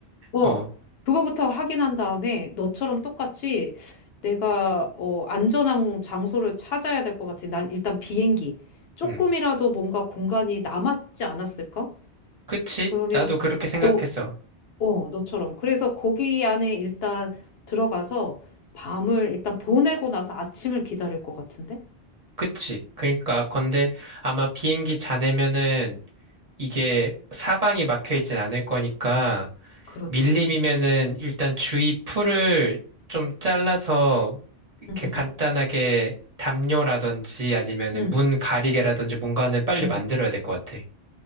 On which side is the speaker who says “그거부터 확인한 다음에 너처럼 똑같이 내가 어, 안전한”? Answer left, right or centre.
Left